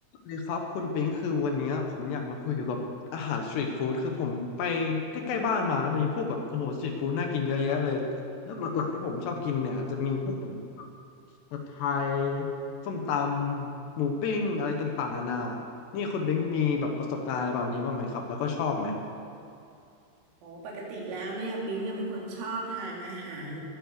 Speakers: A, on the left (about 70°); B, on the right (about 85°).
A: เลยครับคุณปิงคือวันเนี้ยผมอยากมาคุยเกี่ยวกับอาหารสตรีทฟู้ดคือผมไปใกล้ๆบ้านมาแล้วมันมีพวกแบบโอ้โหสตรีทฟู้ดน่ากินเยอะแยะเลยแล้วหลักๆที่ผมชอบกินเนี่ยอาจจะมีพวกแบบผัดไทยส้มตำหมูปิ้งอะไรต่างๆนานานี่คุณปิงมีแบบประสบการณ์อะไรแบบนี้บ้างไหมครับแล้วก็ชอบไหม
B: โอ้ปกติแล้วเนี่ยปิ๊งเนี่ยเป็นคนชอบทานอาหาร